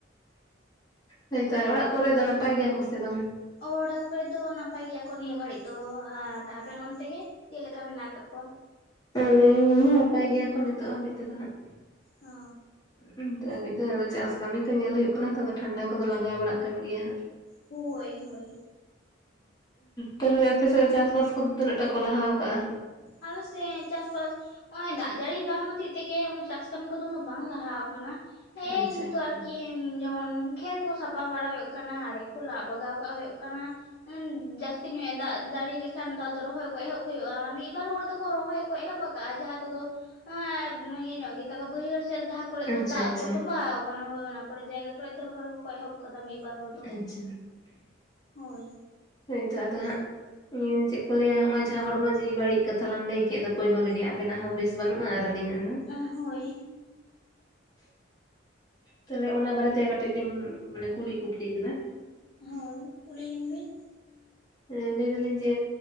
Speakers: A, on the left; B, on the left.
A: ᱦᱳᱭᱛᱚ ᱟᱨ ᱚᱲᱟᱜ ᱠᱚᱨᱮ ᱫᱚ ᱱᱟᱯᱟᱭ ᱜᱮᱭᱟ ᱠᱚ ᱥᱮᱮ ᱵᱟᱝ
B: ᱚᱲᱟᱜ ᱠᱚᱨᱮ ᱫᱚ ᱱᱟᱯᱟᱭ ᱜᱮᱭᱟ ᱠᱚ ᱱᱤᱭᱟᱹ ᱜᱷᱟᱹᱲᱤᱡ ᱫᱚ ᱟᱨ ᱟᱵᱮᱱ ᱚᱱᱛᱮ ᱜᱮ ᱪᱮᱫ ᱞᱮᱠᱟ ᱢᱮᱱᱟᱜ ᱠᱟᱜ ᱠᱚᱣᱟ?
A: <unintelligible> ᱱᱟᱯᱟᱭ ᱜᱮᱭᱟ ᱠᱚ ᱱᱤᱛᱚᱜ ᱦᱟᱹᱵᱤᱡ ᱛᱮᱫᱚ ᱦᱟᱸᱜ
B: ᱚᱻ
A: ᱦᱸ ᱢᱤᱫ ᱫᱷᱟᱣ ᱟᱫᱚ ᱪᱟᱥ ᱠᱟᱹᱢᱤ ᱠᱚ ᱧᱮᱞ ᱦᱩᱭᱩᱜ ᱠᱟᱱᱟ ᱛᱚ ᱟᱫᱚ ᱴᱷᱟᱱᱰᱟ ᱠᱚᱫᱚ ᱞᱟᱜᱟᱣ ᱵᱟᱲᱟᱜ ᱠᱟᱱ ᱜᱮᱭᱟ ᱦᱟᱸᱜ
B: ᱦᱳᱭ ᱦᱳᱭ
A: ᱛᱟᱦᱞᱮ ᱟᱯᱮᱥᱮᱫ ᱪᱟᱥᱵᱟᱥ ᱠᱚᱫᱚ ᱛᱤᱱᱟᱹᱜ ᱴᱟ ᱠᱚ ᱞᱟᱦᱟ ᱟᱠᱟᱟᱜᱼᱟ?
B: ᱟᱞᱮ ᱥᱮ ᱪᱟᱥᱵᱟᱥ ᱱᱚᱜᱼᱚᱭ ᱫᱟᱜ ᱡᱟᱹᱲᱤ ᱵᱟᱝ ᱦᱚᱛᱮᱜ ᱛᱮᱜᱮ ᱪᱟᱥ ᱠᱟᱹᱢᱤ ᱠᱚᱫᱚ ᱩᱱᱟᱹᱜ ᱵᱟᱝ ᱞᱟᱦᱟᱣ ᱠᱟᱱᱟ᱾ ᱦᱮᱸ
A: ᱟᱪᱪᱷᱟ
B: ᱱᱤᱛᱚ
A: ᱟᱪᱪᱷᱟ
B: ᱟᱨᱠᱤ ᱡᱮᱢᱚᱱ ᱠᱷᱮᱛ ᱠᱚ ᱥᱟᱯᱟ ᱵᱟᱲᱟ ᱦᱩᱭᱩᱜ ᱠᱟᱱᱟ ᱟᱲᱮ ᱠᱚ ᱞᱟ ᱵᱟᱜᱟᱣ ᱠᱟᱜ ᱦᱩᱭᱩᱜ ᱠᱟᱱᱟ᱾ ᱡᱟᱹᱥᱛᱤ ᱧᱚᱜ ᱫᱟᱜ ᱡᱟᱹᱲᱤ ᱞᱮᱠᱷᱟᱱ ᱫᱚ ᱟᱫᱚ ᱨᱚᱦᱚᱭ ᱠᱚ ᱮᱦᱚᱵ ᱦᱩᱭᱩᱜᱼᱟ᱾ ᱢᱤᱫ ᱵᱟᱨ ᱦᱚᱲ ᱫᱚᱠᱚ ᱨᱚᱦᱚᱭ ᱠᱚ ᱮᱦᱚᱵ ᱟᱠᱟᱜᱼᱟ ᱡᱟᱦᱟᱸ ᱠᱚᱫᱚ ᱮ ᱤᱭᱟᱹ ᱧᱚᱜ ᱜᱮ ᱛᱟᱠᱚᱣᱟ ᱵᱟᱹᱭᱦᱟᱹᱲ ᱥᱮᱫ ᱠᱚᱨᱮ
A: ᱟᱪᱪᱷᱟ
B: ᱫᱚ ᱫᱟᱜ
A: ᱟᱪᱪᱷᱟ
B: ᱠᱚ ᱛᱚᱸᱵᱟᱣ ᱟᱠᱟᱱᱟ ᱦᱚᱭ ᱚᱱᱟ ᱠᱚᱨᱮ ᱡᱟᱭᱜᱟ ᱠᱚᱨᱮ ᱫᱚ ᱨᱚᱦᱚᱭ ᱠᱚ ᱮᱦᱚᱵ ᱟᱠᱟᱫᱟ ᱢᱤᱫ ᱵᱟᱨ ᱦᱚᱲ ᱫᱚ᱾
A: ᱟᱪᱪᱷᱟ
B: ᱦᱚᱭ
A: ᱦᱚᱭᱛᱚ ᱟᱫᱚ ᱦᱟᱸᱜ ᱤᱭᱟᱹ ᱪᱮᱫ ᱠᱚ ᱞᱟᱹᱭᱟ ᱱᱚᱜ-ᱚᱭ ᱡᱟᱦᱟᱸ ᱦᱚᱲᱢᱚ ᱡᱤᱣᱤ ᱵᱟᱹᱲᱤᱡ ᱠᱟᱛᱷᱟ ᱞᱟᱝ ᱞᱟᱹᱭ ᱠᱮᱫ ᱫᱚ ᱯᱩᱭᱞᱩ ᱨᱮᱜᱮ ᱟᱵᱮᱱᱟᱜ ᱦᱚᱸ ᱵᱮᱥ ᱵᱟᱹᱱᱩᱜᱼᱟ ᱟᱨ ᱟᱹᱞᱤᱧᱟᱜ ᱦᱚᱸ᱾
B: ᱟ ᱦᱚᱭ᱾
A: ᱛᱟᱦᱞᱮ ᱚᱱᱟ ᱵᱟᱨᱮ ᱛᱮ ᱠᱟᱹᱴᱤᱡ ᱞᱤᱧ ᱢᱟᱱᱮ ᱠᱩᱞᱤ ᱠᱩᱯᱞᱤ ᱵᱤᱱᱟ᱾
B: ᱦᱚᱭ ᱠᱩᱞᱤ ᱞᱤᱧ ᱵᱤᱱ᱾
A: ᱦᱮᱸ ᱞᱟᱹᱭ ᱫᱟᱞᱤᱧ ᱡᱮ